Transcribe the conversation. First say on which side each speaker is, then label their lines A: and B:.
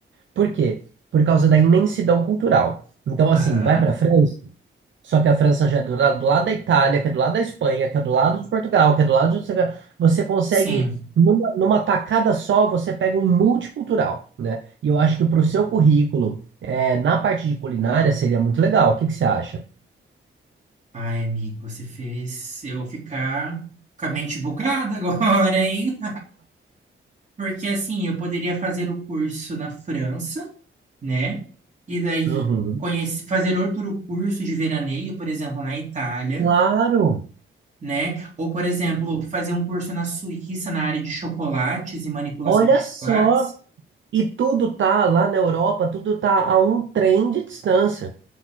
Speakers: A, on the right; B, on the right.
A: Por quê? Por causa da imensidão cultural. Então, assim,
B: Aham,
A: vai para a França. Só que a França já é do, la- do lado da Itália, que é do lado da Espanha, que é do lado de Portugal, que é do lado de... Você consegue,
B: sim.
A: numa, numa tacada só, você pega um multicultural, né? E eu acho que para o seu currículo, é, na parte de culinária, seria muito legal. O que que você acha?
B: Ai, amigo, você fez eu ficar com a mente bugada <laughs> agora, hein? Porque assim, eu poderia fazer o curso na França, né? E daí
A: Uhum.
B: conhece- fazer outro curso de veraneio, por exemplo, na Itália,
A: Claro!
B: né? Ou, por exemplo, fazer um curso na Suíça na área de chocolates e manipulação
A: Olha
B: de
A: só!
B: chocolates.
A: E tudo tá lá na Europa, tudo tá a um trem de distância.